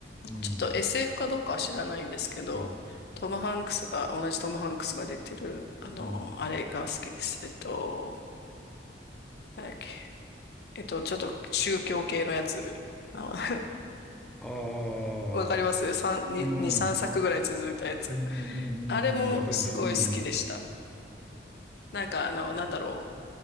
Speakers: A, in the centre; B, on the left.
A: うん、
B: ちょっと SF かどうかは知らないんですけど、
A: うん、
B: トム・ハンクスが、同じトム・ハンクスが出てる、あの、
A: うん。
B: あれが好きです。えっと、なんだっけ。えっと、ちょっと宗教系のやつ。あの <laughs>
A: ああ
B: わかりますさんに二2、
A: ー、うん。
B: 3作ぐらい続いたやつ。
A: うんうんう
B: あれもすごい好きでした。
A: んうん、わかります。うん。
B: なんかあの、なんだろう。